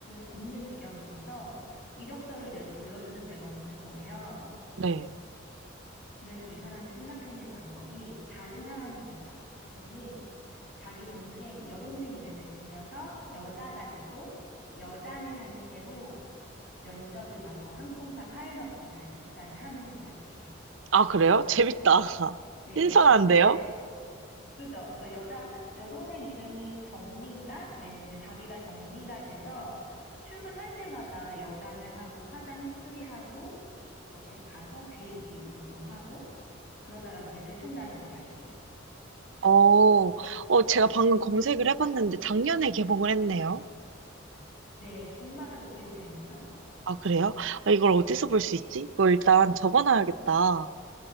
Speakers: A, on the left (about 55°); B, on the right (about 75°).
A: 없는 지경이 돼서 이력서를 내도 불러주는 데가 없는 거예요.
B: 네.
A: 그래서 이 사람이 생각해낸 방법이 다른 사람이 되자 해서는 자기 동생, 여동생 이름을 빌려서 여자가 되고 여장을 한 채로 면접을 봐서 항공사 파일럿으로 다시 입사를 하는 이야기예요.
B: 아, 그래요? 재밌다. <laughs>
A: 네,
B: 신선한데요?
A: 네. 그죠? 그래서 여자, 여동생 이름이 정미인가? 그랬는데 자기가 정미가 돼서 출근할 때마다 여장을 하고 화장 예쁘게 하고 그렇게 가서 비행기 조종하고 그러다가 그게 들통나는 이야기예요.
B: 어, 어, 제가 방금 검색을 해봤는데 작년에 개봉을 했네요.
A: 네, 정말 웃기고 재밌어요.
B: 아, 그래요? 아, 이걸 어디서 볼 수
A: 네.
B: 있지? 이거 일단 적어놔야겠다.